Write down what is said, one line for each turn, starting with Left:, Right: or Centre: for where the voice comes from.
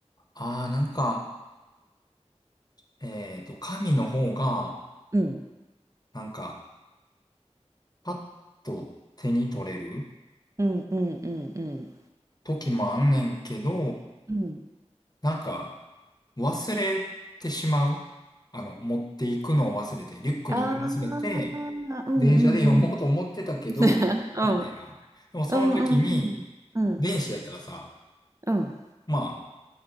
Left: ああ、なんか、えっと、神の方が、
Right: うん
Left: なんか、パッと手に取れる
Right: うんうんうんうん。
Left: 時もあんねんけど、
Right: うん。
Left: なんか、忘れてしまう。あの、持っていくのを忘れて、リュックに入れ忘れて、
Right: ああ、うんうんうん。
Left: 電車で読もうと思ってたけど、
Right: <laughs> うん
Left: みたいな。でもその時に、
Right: うんうんうん。うんうんうん
Left: 電子やったらさ、
Right: うん
Left: ま